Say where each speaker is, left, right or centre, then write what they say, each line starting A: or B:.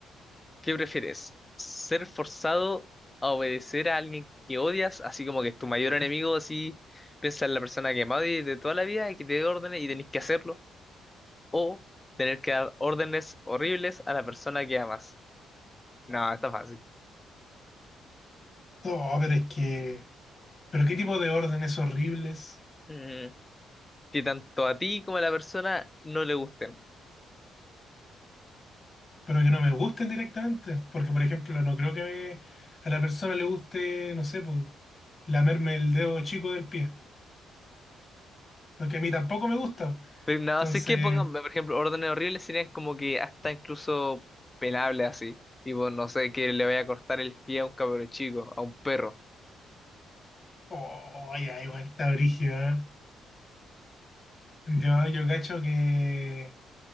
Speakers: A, on the left; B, on the left.
A: ¿Qué prefieres? ¿Ser forzado a obedecer a alguien que odias? Así como que es tu mayor enemigo, así piensa en la persona que más odias de toda la vida y que te dé órdenes y tenés que hacerlo. O tener que dar órdenes horribles a la persona que amas. No, está fácil.
B: No, pero es que Pero qué tipo de órdenes horribles,
A: Mm, Que tanto a ti como a la persona no le gusten.
B: pero que no me gusten directamente. Porque, por ejemplo, no creo que me- a la persona le guste, no sé, pues, lamerme el dedo chico del pie. Porque a mí tampoco me gusta.
A: Pero no,
B: Entonces,
A: sé qué pongan, por ejemplo, órdenes horribles serían como que hasta incluso penables así. Tipo, no sé, que le vaya a cortar el pie a un cabro chico, a un perro.
B: oh, ya, igual está brígido, ¿eh? Yo, yo cacho que,